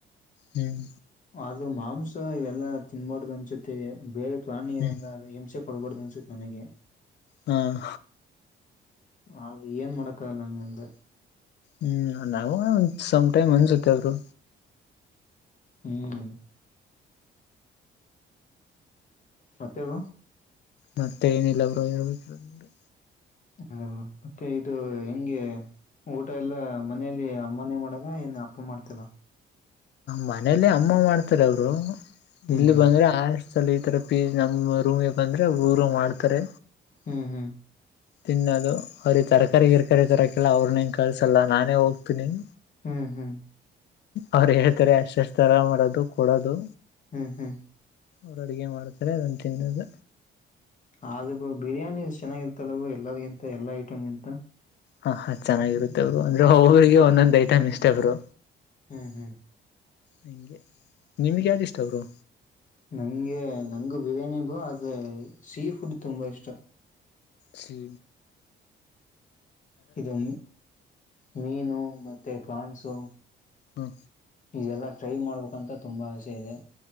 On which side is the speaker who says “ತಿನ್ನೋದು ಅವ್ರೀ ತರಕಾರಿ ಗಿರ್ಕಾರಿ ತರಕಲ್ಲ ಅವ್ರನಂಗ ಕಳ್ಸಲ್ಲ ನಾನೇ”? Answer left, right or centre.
Left